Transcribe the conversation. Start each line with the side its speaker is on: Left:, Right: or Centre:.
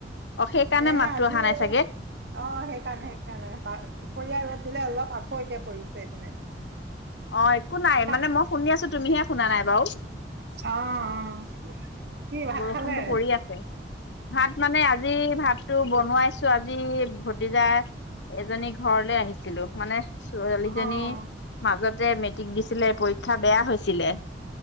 Left: অ সেইকাৰণে
Right: এ
Left: মাতটো
Right: আজি
Left: অহা নাই
Right: অ',
Left: চাগে
Right: সেইকাৰণে-সেইকাৰণে, দুপৰীয়া ৰ'দ দিলে অলপ, আকৌ এতিয়া পৰিছে এইপিনে।
Left: অ', একো নাই,
Right: তাত
Left: মানে মই শুনি আছো তুমিহে শুনা নাই বাৰু।
Right: অ', অ'। কি ভাত
Left: বৰষুণটো
Right: খালে
Left: পৰি আছে, ভাত মানে আজি ভাতটো বনোৱাইছ ছো, আজি ভতিজা এজনীৰ ঘৰলৈ আহিছ ছিলো, মানে ছোৱালীজনীৰ
Right: অ
Left: মাজতে মেট্ৰিক দিছিলে, পৰীক্ষা বেয়া হৈছিলে।